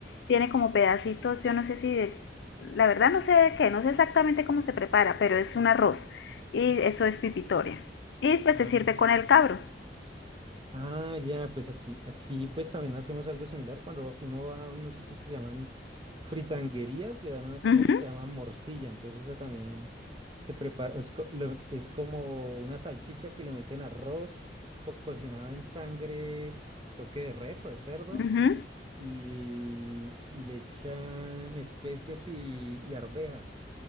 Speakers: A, on the left; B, on the right.
A: tiene como pedacitos, yo no sé si, de- la verdad no sé de qué, no sé exactamente cómo se prepara, pero es un arroz y eso es pipitoria. Y pues
B: ah.
A: se sirve con el cabro.
B: Ah, ya, pues aquí, aquí pues también hacemos algo similar. Cuando uno va a unos sitios que se llaman fritanguerías, le dan una cosa
A: Ujú,
B: que se llama morcilla. Entonces esa también se prepara, es, co- lo- es como una salchicha que le meten arroz co- cocinada en sangre, creo que de res o de cerdo,
A: ujú.
B: y, y le echan especias y, y arveja.